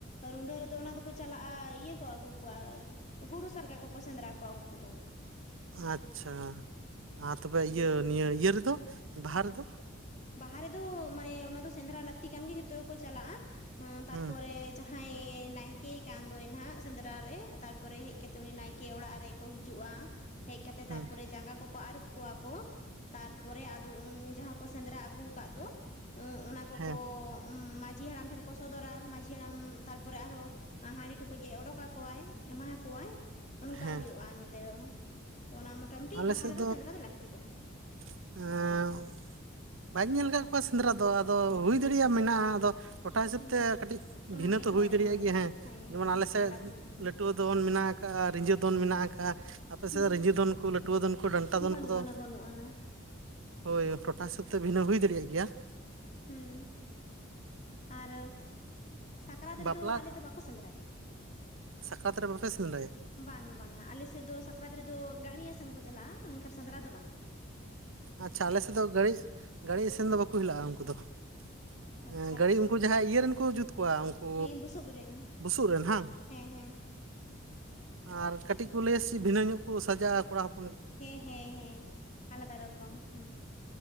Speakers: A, on the left; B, on the right.
A: ᱨᱩᱸᱰᱟᱹ ᱨᱮᱫᱚ ᱚᱱᱟ ᱫᱚᱠᱚ ᱪᱟᱞᱟᱜᱼᱟ ᱤᱭᱟᱹ ᱠᱚ ᱟᱹᱜᱩ ᱠᱚᱣᱟ ᱜᱩᱨᱩᱩ ᱥᱟᱨᱠᱟ ᱠᱚᱠᱚ ᱥᱮᱸᱫᱽᱨᱟ ᱠᱚᱣᱟ ᱩᱱᱠᱩ ᱫᱚ ᱾
B: ᱟᱪᱷᱟ ᱟᱨ ᱛᱚᱵᱮ ᱤᱭᱟᱹ
A: ᱟᱞᱮ ᱫᱚ᱾
B: ᱱᱤᱭᱟᱹ ᱤᱭᱟᱹ ᱨᱮᱫᱚ ᱵᱟᱦᱟ ᱨᱮᱫᱚ?
A: ᱵᱟᱦᱟ ᱨᱮᱫᱚ ᱢᱟᱱᱮ ᱚᱱᱟ ᱫᱚ ᱥᱮᱸᱫᱽᱨᱟ ᱞᱟᱹᱠᱛᱤ ᱠᱟᱱᱜ ᱡᱷᱚᱛᱚ ᱜᱮᱠᱚ ᱪᱟᱞᱟᱜᱼᱟ ᱛᱟᱨᱯᱚᱨᱮ
B: ᱦᱩᱸ
A: ᱡᱟᱦᱟᱸᱭ ᱱᱟᱭᱠᱮᱭ ᱠᱟᱱ ᱫᱚᱭ ᱱᱟᱦᱟᱜ ᱥᱮᱸᱫᱽᱨᱟ ᱨᱮ ᱛᱟᱨᱯᱚᱨᱮ ᱦᱮᱡ ᱠᱟᱛᱮ ᱩᱱᱤ ᱱᱟᱭᱠᱮ ᱚᱲᱟᱜ ᱨᱮ ᱠᱚ ᱦᱤᱡᱩᱜᱼᱟ ᱾ ᱦᱮᱡ ᱠᱟᱛᱮ
B: ᱦᱩᱸ
A: ᱛᱟᱨᱯᱚᱨᱮ ᱡᱟᱸᱜᱟ ᱠᱚ ᱟᱹᱨᱩᱵ ᱠᱚᱣᱟ ᱠᱚ ᱛᱟᱨᱯᱚᱨᱮ ᱟᱫᱚᱩᱱ ᱡᱟᱦᱟ ᱠᱚ ᱥᱮᱸᱫᱽᱨᱟ ᱟᱹᱜᱩᱣᱟ ᱟᱠᱟᱫ ᱫᱚ ᱚᱱᱟ ᱠᱚ
B: ᱦᱮᱸ
A: ᱢᱟᱺᱡᱷᱤ ᱦᱟᱲᱟᱢ ᱴᱷᱮᱱ ᱠᱚ ᱥᱚᱫᱚᱨᱟ ᱢᱟᱺᱡᱷᱤ ᱦᱟᱲᱟᱢ ᱛᱟᱨᱯᱚᱨᱮ ᱟᱨᱦᱚᱸ ᱦᱟᱺᱰᱤ ᱴᱩᱠᱩᱡ ᱚᱰᱳᱠ ᱟᱠᱚᱣᱟᱭ ᱮᱢᱟ ᱠᱚᱣᱟᱭ ᱾ ᱚᱱᱠᱟ
B: ᱦᱮᱸ
A: ᱦᱩᱭᱩᱜᱼᱟ ᱱᱚᱛᱮ ᱫᱚ ᱚᱱᱟ ᱢᱚᱴ ᱢᱩᱩᱴᱤ
B: ᱟᱞᱮ
A: ᱵᱟᱦᱟ
B: ᱥᱮᱫ
A: ᱨᱮ ᱫᱚ ᱥᱮᱸᱫᱽᱨᱟ ᱫᱚ ᱞᱟᱹᱠᱛᱤ ᱠᱟᱱᱟ ᱾
B: ᱮᱸ ᱾ ᱵᱟᱹᱧ ᱧᱮᱞ ᱟᱠᱟᱫ ᱠᱚᱣᱟ ᱥᱮᱸᱫᱽᱨᱟ ᱫᱚ ᱟᱫᱚ ᱦᱩᱭ ᱫᱟᱲᱮᱭᱟᱜ ᱢᱮᱱᱟᱜᱼᱟ ᱟᱫᱚ ᱴᱚᱴᱷᱟ ᱦᱤᱥᱟᱹᱵ
A: ᱦᱮᱸ
B: ᱛᱮ ᱠᱟᱹᱴᱤᱡ
A: ᱚᱱᱟᱜᱮ
B: ᱵᱷᱤᱱᱟᱹᱛᱚ
A: ᱦᱳᱭ
B: ᱦᱩᱭ ᱫᱟᱲᱮᱭᱟᱜ
A: ᱦᱳᱭ
B: ᱜᱮᱭᱟ
A: ᱦᱳᱭ
B: ᱦᱮᱸ ᱡᱮᱢᱚᱱ
A: ᱦᱮᱸ
B: ᱟᱞᱮᱥᱮᱫ
A: ᱟᱞᱟᱜᱽ ᱦᱩᱭᱩᱜ ᱜᱮᱭᱟ
B: ᱞᱟᱹᱴᱩ ᱫᱚᱱ ᱢᱮᱱᱟᱜ ᱟᱠᱟᱫᱼᱟ ᱨᱸᱡᱟᱹ ᱫᱚᱱ ᱢᱮᱱᱟᱜ ᱟᱠᱟᱜᱼᱟ ᱟᱯᱮ
A: ᱦᱩᱸ
B: ᱥᱮᱫ ᱨᱸᱡᱟᱹ ᱫᱚᱱ ᱱᱠᱩ ᱞᱟᱹᱴᱩᱣᱟᱹ ᱫᱚᱱ ᱠᱚ ᱩᱱᱠᱩ ᱰᱟᱱᱴᱟ ᱫᱚᱱ
A: ᱵᱟᱹᱱᱩᱜ
B: ᱠᱚᱫᱚ
A: ᱟᱱᱟ ᱵᱟᱹᱱᱩᱜ ᱟᱱᱟ
B: ᱦᱳᱭ ᱴᱚᱴᱷᱟ ᱦᱤᱥᱟᱵ ᱛᱮ ᱵᱷᱤᱱᱟᱹ ᱦᱩᱭ ᱫᱟᱲᱮᱭᱟᱜ ᱜᱮᱭᱟ ᱾
A: ᱦᱩᱸ ᱾ ᱟᱨ ᱥᱟᱠᱨᱟᱛ ᱨᱮᱫᱚ
B: ᱵᱟᱯᱞᱟ
A: ᱟᱞᱮ ᱫᱚ ᱵᱟᱠᱚ ᱥᱮᱸᱫᱽᱨᱟᱭᱟ ᱾
B: ᱥᱟᱠᱨᱟᱛ ᱨᱮ ᱵᱟᱯᱮ ᱥᱮᱸᱫᱽᱨᱟᱭᱟ ᱾
A: ᱵᱟᱝ ᱵᱟᱝᱟ ᱟᱞᱮᱥᱮᱫ ᱫᱚ ᱥᱟᱠᱨᱟᱛ ᱨᱮᱫᱚ ᱜᱟᱲᱭᱟ ᱥᱮᱱ ᱠᱚ ᱪᱟᱞᱟᱜᱼᱟ ᱢᱮᱱᱠᱷᱟᱱ ᱥᱮᱸᱫᱽᱨᱟ ᱫᱚ ᱵᱟᱝᱜᱮ ᱾ <unintelligible>
B: ᱟᱪᱷᱟ ᱟᱞᱮ ᱥᱮᱫ ᱫᱚ ᱜᱟᱹᱲᱤᱭᱟ ᱜᱟᱹᱲᱤᱭᱟ ᱤᱥᱤᱱ ᱫᱚ ᱵᱟᱠᱚ ᱦᱤᱞᱟᱜ ᱟ ᱩᱱᱠᱩ ᱫᱚ ᱾
A: ᱟᱪᱪᱷᱟ
B: ᱦᱮᱸ ᱜᱟᱹᱲᱤ
A: ᱟᱪᱪᱷᱟ
B: ᱩᱱᱠᱩ ᱡᱟᱦᱟᱸᱭ ᱤᱭᱟᱹ ᱨᱮᱱ ᱠᱚ ᱡᱩᱛ ᱠᱚᱣᱟ ᱩᱱᱠᱩ
A: ᱦᱮᱸ ᱵᱩᱥᱩᱵ ᱨᱮᱱ
B: ᱵᱩᱥᱩᱵ ᱨᱮᱱ ᱦᱟᱝ?
A: ᱦᱮᱸ ᱦᱮᱸ
B: ᱟᱨ ᱠᱟᱹᱴᱤᱡ ᱠᱚ ᱞᱮᱭᱟ ᱥᱮ ᱵᱷᱤᱱᱟᱹ ᱧᱚᱜ ᱠᱚ ᱥᱟᱡᱟᱜᱼᱟ ᱠᱚᱲᱟ ᱦᱚᱯᱚᱱ ᱾
A: ᱦᱮᱸ ᱦᱮᱸ ᱦᱮᱸ ᱟᱞᱟᱫᱟ ᱨᱚᱠᱚᱢ ᱦᱩᱸ ᱾